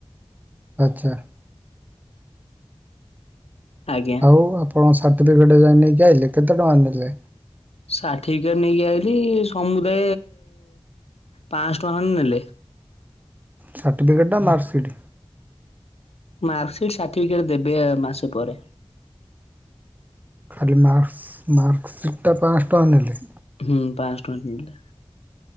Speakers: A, on the right (about 15°); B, on the left (about 80°).
A: ଆଚ୍ଛା।
B: ଆଜ୍ଞା
A: ଆଉ ଆପଣଙ୍କ ସାର୍ଟିଫିକେଟ୍ ଯାଇ ନେଇକି ଆଇଲେ କେତେ ଟଙ୍କା ନେଲେ?
B: ସାଠିଫିକେଟ୍ ନେଇକି ଆଇଲି ସମୁଦାୟ ପାଆଁସ ଟଙ୍କା ଖଣ୍ଡେ ନେଲେ।
A: ସାର୍ଟିଫିକେଟ୍ ନା ମାର୍କସିଟ୍?
B: ମାର୍କସିଟ୍ ସାର୍ଟିଫିକେଟ୍ ଦେବେ ଏ ମାସେ ପରେ।
A: ଖାଲି ମାର୍କସ୍ ମାର୍କସିିଟ୍ ଟା ପାଆଁସ ଟଙ୍କା ନେଲେ?
B: ହୁଁ ପାଆଁସ ଟଙ୍କା ନେଲେ।